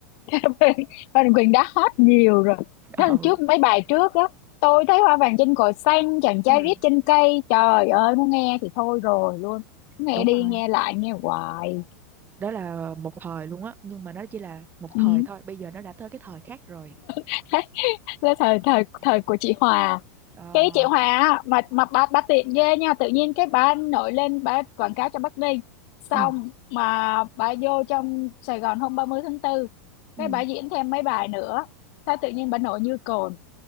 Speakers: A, on the left; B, on the right.
A: <laughs> Phan Đình Quyền đã hot nhiều rồi
B: <laughs>
A: nó lần
B: ờ
A: trước mấy bài trước á tôi thấy hoa vàng trên cỏ xanh chàng trai
B: Ừ.
A: viết trên cây trời ơi muốn nghe thì thôi rồi luôn nghe
B: đúng
A: đi
B: rồi
A: nghe lại nghe hoài
B: đó là một thời luôn á nhưng mà nó chỉ là một thời
A: ừ.
B: thôi bây giờ nó đã tới cái thời khác rồi
A: <laughs> Thế thời thời thời của chị Hòa
B: ờ
A: cái chị Hòa á, mà mà bà bà tiện ghê nha tự nhiên cái bà nổi lên bà quảng cáo cho Bắc Ninh xong
B: ừ
A: mà bà vô trong Sài Gòn hôm 30 tháng tư,
B: ừ
A: cái bà diễn thêm mấy bài nữa sao tự nhiên bà nổi như cồn